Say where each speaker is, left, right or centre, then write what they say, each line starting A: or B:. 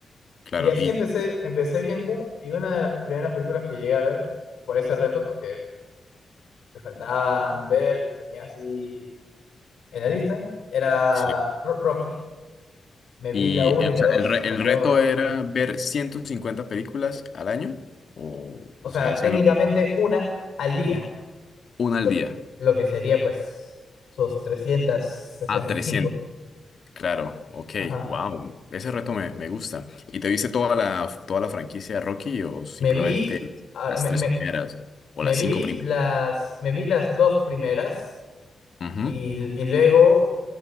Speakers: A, on the left (about 60°); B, on the left (about 75°).
A: Claro.
B: Y así
A: Y,
B: empecé, empecé viendo, y una de las primeras películas que llegué a ver por ese reto, porque me faltaban ver, las tenía así en la lista, era
A: sí.
B: Ro- Rocky. Me vi
A: Y
B: la uno
A: eh,
B: y la
A: o sea,
B: dos
A: el, re-
B: y me
A: el
B: animé
A: reto
B: un montón.
A: era ver 150 películas al año, o,
B: O
A: o
B: sea,
A: sea, hacer
B: técnicamente una al día,
A: una
B: lo
A: al día.
B: que, lo que sería pues sus trescientos sesenta
A: A 300.
B: y cinco
A: Claro, ok,
B: Ajá.
A: wow, ese reto me, me gusta. ¿Y te viste toda la, toda la franquicia de Rocky o simplemente
B: Me vi, ahora,
A: las
B: me,
A: tres
B: me-
A: primeras o
B: me
A: las
B: vi
A: cinco primeras?
B: las, me vi las dos primeras
A: Ujú,
B: y, y luego,